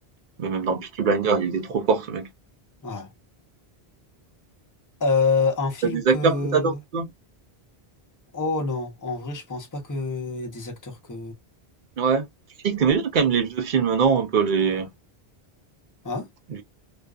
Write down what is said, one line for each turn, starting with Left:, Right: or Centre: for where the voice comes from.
Right: Mais même dans Peaky Blinders, il est trop fort, ce mec.
Left: ouais. Euh, un film
Right: T'as des
Left: que...
Right: acteurs que t'adores, toi?
Left: Oh non, en vrai, je pense pas qu'il y a des acteurs que...
Right: Ouais. Tu dis que t'aimais bien quand même les vieux films, non? Un peu les...
Left: Hein?
Right: les-